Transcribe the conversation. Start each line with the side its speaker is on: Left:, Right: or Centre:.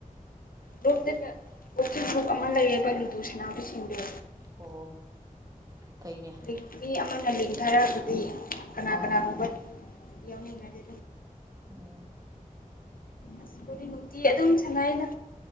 Left: ꯎ ꯂꯨꯞꯇ ꯎꯆ ꯭ꯔꯨꯞ ꯑꯃ ꯂꯩꯌꯦ ꯜꯂꯨ ꯇꯨꯁꯅꯥꯕꯨ ꯁꯤꯗ
Right: ꯑꯣ ꯐꯩꯅꯦ
Left: <unintelligible> ꯑꯃꯅ ꯂꯤꯡꯊꯔꯛꯑꯒꯗꯤ ꯀꯅꯥ
Right: ꯑꯣ
Left: ꯀꯅꯥꯒꯨꯝꯕꯥ ꯌꯧꯅꯤꯡ ꯑ ꯑꯗꯨ
Right: ꯑꯣ
Left: ꯑꯥꯁ ꯀꯗꯤ ꯅꯨꯡꯇꯤ ꯑꯗꯨꯝ ꯁꯉꯗ